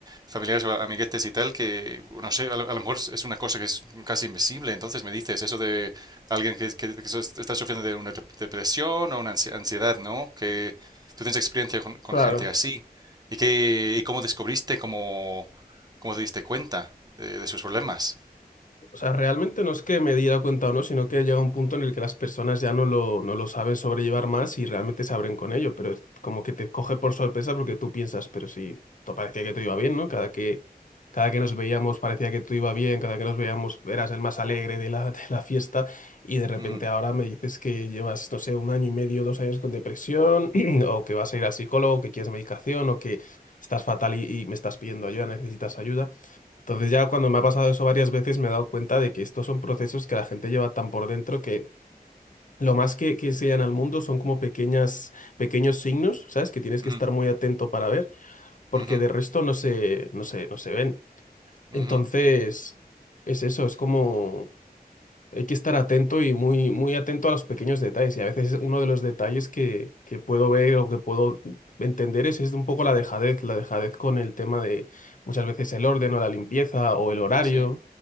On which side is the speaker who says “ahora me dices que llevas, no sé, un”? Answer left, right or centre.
Left